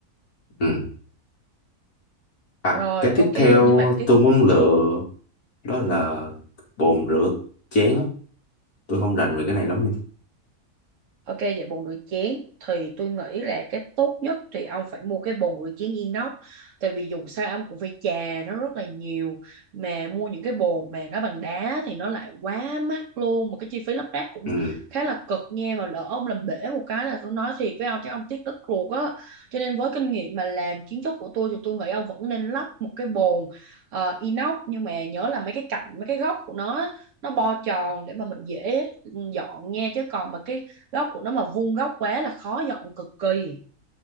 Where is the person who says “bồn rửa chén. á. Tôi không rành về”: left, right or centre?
Left